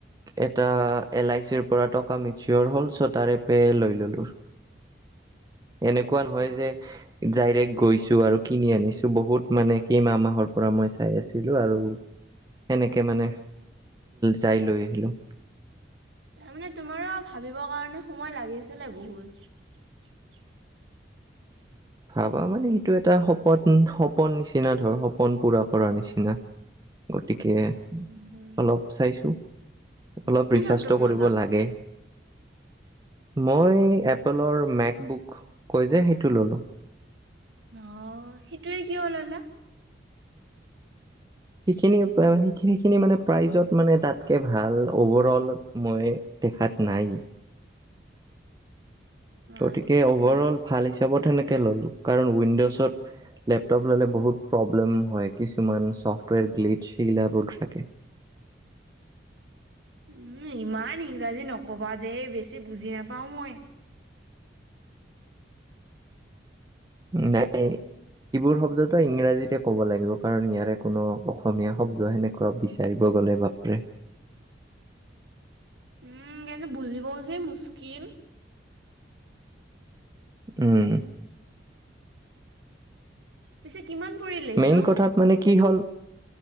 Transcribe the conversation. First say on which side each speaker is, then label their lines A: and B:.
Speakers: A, on the right; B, on the right.
A: এটা এল আই চিৰ পৰা টকা মেচিঅ'ৰ হ'ল চ' তাকে লৈ ল'লোঁ। এনেকুৱা নহয়
B: বাহ,
A: যে ডাইৰেক্ট গৈছোঁ আৰু কিনি আনিছোঁ বহুত, মানে কেইমাহ মাহৰ পৰা মই চাই আছিলোঁ, আৰু সেনেকে মানে যাই লৈ আহিলোঁ।
B: তাৰমানে তোমাৰোঁ ভাবিবৰ কাৰণে সময় লাগিছিলে বহুত।
A: ভাবা মানে সেইটো এটা সপোন, সপোন নিচিনা ধৰ, সপোন পুৰা কৰাৰ নিচিনা। গতিকে তাকে
B: উম,
A: অলপ চাইছোঁ। অলপ
B: কি
A: ৰিচাৰ্চটো
B: লেপটপ
A: কৰিব
B: ল'লা?
A: লাগে। মই এপেলৰ মেক বুক কয় যে, সেইটো ল'লো।
B: অ সেইটোৱে কিয় ল'লা?
A: সেইখিনি, সেইখিনি মানে প্ৰাইজত মানে তাতকে ভাল, অভাৰ অল মই দেখাত নাই। গতিকে
B: আচ্ছা।
A: অভাৰ অল ভাল হৈছে। সেনেকে ল'লো কাৰণ উইডজত লেপটপ ল'লে বহুত প্ৰব্লেম হয় কিছুমান চফ্টৱেৰ গ্লিচ সিলত থাকে।
B: উম ইমান ইংৰাজী নকবা দেেই বেছি বুজি নাপাও মই।
A: নাই এইবোৰ শব্দটো ইংৰাজীতে কব লাগিব কাৰণ ইয়াৰে কোনো অসমীয়া শব্দ সেনেকুৱা বিচাৰিব গলে বাপৰে
B: উম কিন্তু বুজিবও যে মুসকিল
A: উম
B: পিছে। কিমান পৰিলে সেইটো?
A: মেইন কথাত মানে কি হ'ল